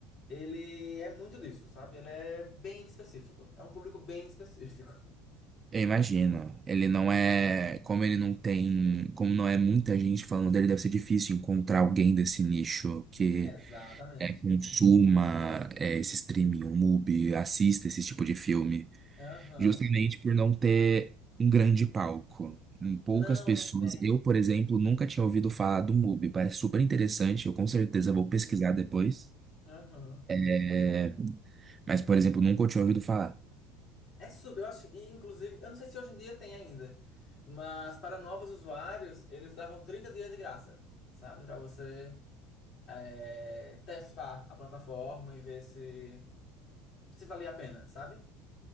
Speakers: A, on the left; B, on the right.
A: ele é muito disso, sabe? Ele é bem específico. É um público bem específico.
B: eu imagino. Ele não é. Como ele não tem. Como não é muita gente falando dele, deve ser difícil encontrar alguém desse nicho que
A: <laughs> Exatamente.
B: é, consuma é, esse streaming, o MUBI, assista esse tipo de filme.
A: Aham.
B: Justamente por não ter um grande palco. Hum, Poucas
A: Não,
B: pessoas.
A: não tem.
B: Eu, por exemplo, nunca tinha ouvido falar do MUBI. Parece super interessante. Eu com certeza
A: Uhum.
B: vou pesquisar depois.
A: Aham.
B: É, Mas, por exemplo, nunca eu tinha ouvido falar.
A: É sub, eu acho, e inclusive, eu não sei se hoje em dia tem ainda, mas para novos usuários, eles davam 30 dias de graça, sabe? Para você é, testar a plataforma e ver se, se valia a pena, sabe?